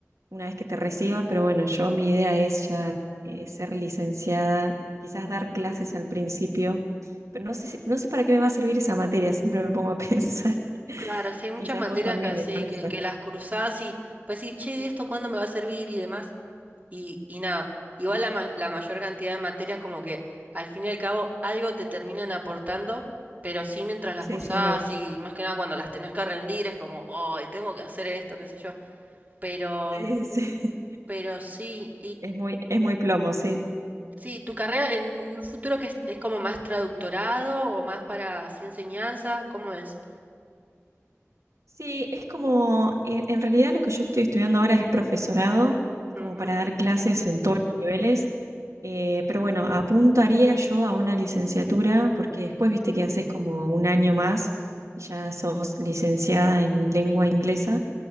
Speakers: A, on the right; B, on the right.
A: una vez que te recibas, pero bueno, yo mi idea es ya eh, ser licenciada, quizás dar clases al principio, pero no sé, si- no sé para qué me va a servir esa materia, siempre me pongo a <laughs> pensar,
B: Claro, sí, hay muchas
A: quizás
B: materias
A: vos también
B: que así,
A: eh, con eso.
B: que, que las cruzás y pues sí, che, ¿esto cuándo me va a servir? y demás. Y, y nada, igual la, ma- la mayor cantidad de materias como que al fin y al cabo algo te terminan aportando, pero sí mientras las
A: Sí,
B: cursás
A: sí, es verdad.
B: y más que nada cuando las tenés que rendir es como, ay tengo que hacer esto, qué sé yo. Pero,
A: Sí, sí. <laughs>
B: pero sí,
A: Es muy, es muy plomo, sí.
B: Sí, tu carrera en un futuro que es, es como más traductorado o más para así enseñanza, ¿cómo es?
A: Sí, es como, en en realidad lo que yo estoy estudiando ahora es profesorado, es
B: Ujú.
A: como para dar clases en todos los niveles, eh, pero bueno, apuntaría yo a una licenciatura porque después viste que haces como un año más y ya sos licenciada en lengua inglesa,